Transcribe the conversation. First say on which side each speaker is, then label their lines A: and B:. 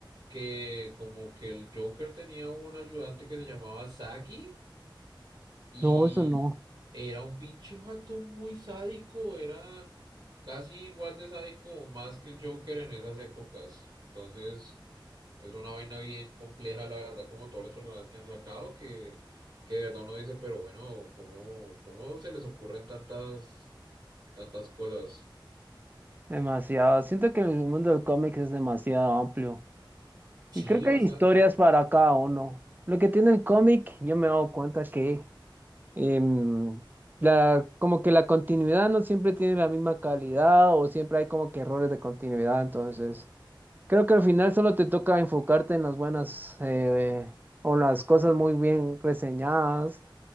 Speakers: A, on the right; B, on the right.
A: que como que el Joker tenía un ayudante que se llamaba Sagi y
B: No, eso no.
A: era un pinche vato muy sádico, era casi igual de sádico o más que el Joker en esas épocas. Entonces... Es una vaina bien compleja, la verdad, como todos los personajes que han sacado, que, que de verdad uno dice, pero bueno, ¿cómo, cómo se les ocurren tantas, tantas cosas?
B: Demasiado. Siento que el mundo del cómic es demasiado amplio.
A: Sí,
B: Y creo que
A: bastante.
B: hay historias para cada uno. Lo que tiene el cómic, yo me he dado cuenta que em, la, como que la continuidad no siempre tiene la misma calidad o siempre hay como que errores de continuidad. Entonces, creo que al final solo te toca enfocarte en las buenas eh, o las cosas muy bien reseñadas.